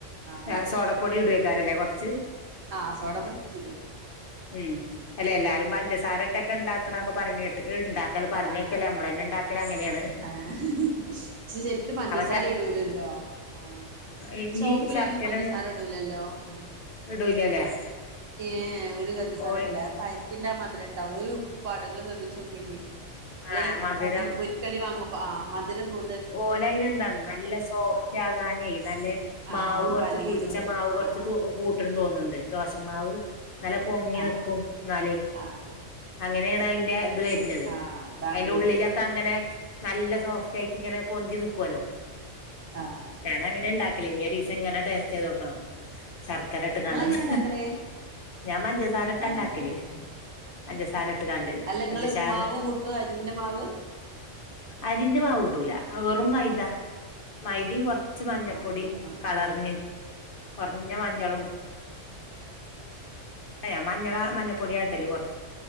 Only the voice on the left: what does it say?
ആ സോഡപ്പൊടി ഇടു ക്കാറല്ലേ കുറച്ച്
ഉം അല്ല എല്ലാരും പഞ്ചസാരട്ടൊക്കെ ഉണ്ടാക്കണൊക്കെ പറയണ കേട്ടു ഉണ്ടാക്കല് പറഞ്
കേക്കല് നമ്മള് തന്നെ ഉണ്ടാക്കല് അങ്ങനെയാണ്
ശ
ഇനി
ശർക്കര
എന്നിട്ട്
ഇടൂലല്ലേ
ഓ
ആ
മധുരം
ഓല അന് എന്താന്ന നല്ല സോഫ്റ്റ്
ആകാനേ നല്ല മാവ്
കുറച്ച്
പുളി പിളിച്ച
മാവ് കുറച്ചു
കൂട്ടും തോന്നുന്നുണ്ട് ദോശമാവ് നല്ല പൊങ്ങി
നിക്കും എന്നാല്
അങ്ങനെയാണ് അതിന്റെ ഇത് വരുന്നത്
അതിന്റെ
ഉള്ളിലൊക്കെ
അങ്ങനെ നല്ല സോഫ്റ്റ് ആയിട്ട് ഇങ്ങനെ പൊന്തി നിക്കുവല്ലോ
ഞാനങ്ങനെയാ ഉണ്ടാക്കല് ഇനി ഒരു ദിവസം ഇങ്ങനെ ടെസ്റ്റ് ചെയ്ത് നോക്കണം ശർക്കര ഇട്ട
കണ്ടന്ന്
ഞാൻ പഞ്ചസാര
ഇട്ട ഉണ്ടാക്കല്
പഞ്ചസാര ഇട്ട് കാണ്ട്
പഞ്ചസാറ്
അരിന്റെ മാവൂട്ടൂല വെറും മൈദാ മൈദേമ് കുറച്ച് കുറച്ച് മഞ്ഞപ്പൊടിയും
കളറിനു
കുറഞ്ഞ മഞ്ഞളും
അയാ മഞ്ഞള് മഞ്ഞപ്പൊടിയാടല് കുറച്ച്